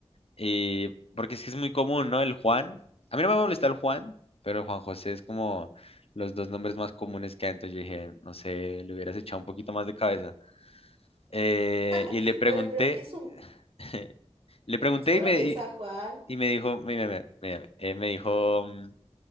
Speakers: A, on the left (about 60°); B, on the right (about 60°).
A: Y porque es que es muy común, ¿no? El Juan. A mí no me molesta el Juan, pero el Juan José es como los dos nombres más comunes que hay. Entonces yo dije, no sé, le hubieras echado un poquito más de cabeza. Eh,
B: <laughs>
A: y le pregunté,
B: Bueno, pero es que es un...
A: <laughs> le pregunté
B: Si vos
A: y
B: lo
A: me,
B: pensás,
A: y,
B: Juan.
A: y me dijo, me, me, me- me- eh, me dijo, mm, me